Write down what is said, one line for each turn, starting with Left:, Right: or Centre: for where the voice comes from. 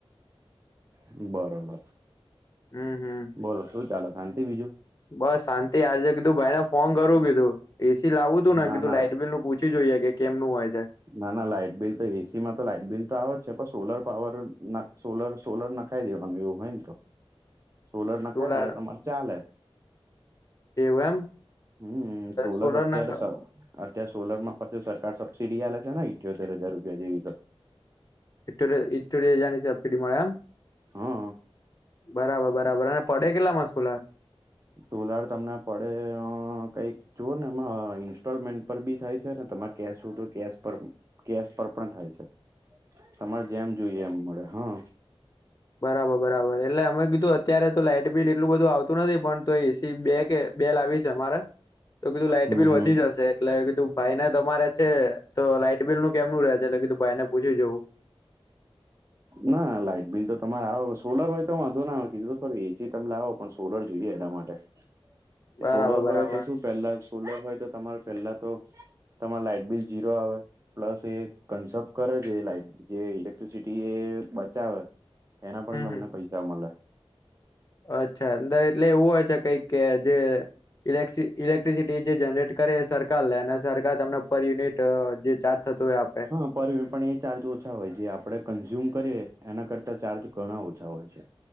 Right: બરોબર.
Left: હમ હમ
Right: બોલો શું ચાલે શાંતિ બીજું.
Left: બસ શાંતિ આજે કીધું ભાઈને ફોન કરું કીધું એસી લાવું તું ને
Right: ના
Left: કીધું
Right: ના
Left: લાઈટ બિલ નું પૂછ છી જોઈએ કે કેમનું હોય છે.
Right: ના, ના લાઈટ બિલ તો એ સી માં તો લાાઈટ બિલ તો આવે જ છે, પણ સોલર પાવર ના સોલર-સોલર ના નખાઈ દેવાનું હોય એવું હોય ને તો, સોલર નાખાઈ
Left: સોલાર
Right: દેઈ તમારે ચાલે.
Left: એવું એમ?
Right: હમ્મ, સોલર
Left: સોલાર
Right: અત્યારે
Left: નંગ
Right: તો અત્યારે સોલર માં પછી સરકાર સબસસીડી આલે છે ના, ઇઠ્યોતેર હજાર રૂપિયા જેવી તો.
Left: ઈઠ્યોતે ઈઠ્યોતેર હજારની સબસીડી મળે એમ?
Right: હા
Left: બરાબર-બરાબર. અને પડે કેટલાંમાં સોલાર?
Right: સોલાર તમને પડે અહ કંઈક જુઓ ને એમાં ઈન્સ્ટોલમેન્ટ પર બી થાય છે, ને તમારે કેશ હોય તો કેશ પર બી. કેશ પર પણ થાય છે, તમારે જેમ જોઈએ એમ મળે, હા.
Left: બરાબર-બરાબર. એટલે અમે કીધું અત્યારે તો લાઈટ બિલ એટલું બધું આવતું નથી, પણ તોય એ સી બે કે બે લાવી છે અમારે, તો કીધું લાઈટ
Right: હમ
Left: બિલ
Right: હમ
Left: વધી જશે એટલે કીધું ભાઈ ને તમારે છે, તો લાઈટ બિલ નું કેમનું રહેે છે, એટલે કીધું ભાઈને પૂછી જોવું. <inaudible>
Right: ના લાઈટ બિલ તો તમારે આવો, સોલર હોય તો વાંધો ના આવે, કીધું ખરી. એ સી તમ લાવો પણ સોલર જોઈએ એના માટે.
Left: <inaudible>
Right: કે સોલર હોય
Left: બરાબર
Right: તો શું પહેલા સોલર હોય તો તમારે પહેલા તો તમારે લાઈટ બિલ જીરો આવે, પ્લસ એ કન્સેપ્ટ કરે છે એ લાઈટ બિલ. જે ઇલેક્ટ્રિસિટી એ બચાવે એના પણ
Left: હમ
Right: તમને
Left: હમ
Right: પૈસા મલે.
Left: અચ્છા. અંદર એટલે એવું હોય છે કંઈક કે જે ઇલેકસિ ઇલેક્ટ્રિસિટી જે જનરેટ કરે એ સરકાર લે, અને સરકાર તમને પર યુનિટ જે ચાર્જ થતું હોય આપણે
Right: હા પણ, પણ એ ચાર્જ ઓછા હોય, જે આપણે કન્ઝ્યુમ કરીએ એના કરતા ચાર્જ ઘણા ઓછા હોય છે.